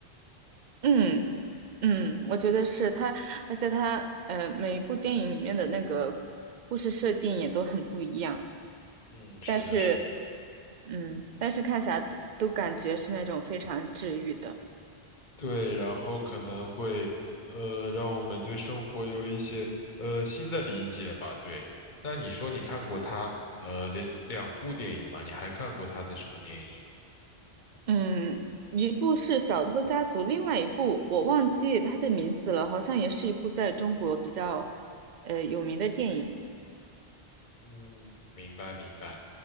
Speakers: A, on the right; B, on the left.
A: 嗯嗯，我觉得是他，而且他呃，每一部电影里面的那个故事设定也都很不一样，
B: 嗯，是的，
A: 但是
B: 是的。
A: 嗯，但是看起来都都感觉是那种非常治愈的。
B: 对，然后可能会呃让我们对生活有一些呃新的理解吧。对，那你说你看过他呃两两部电影吗？你还看过他的什么电影啊？
A: 嗯，一部是《小偷家族》，另外一部我忘记他的名字了，好像也是一部在中国比较呃有名的电影。
B: 嗯，明白明白。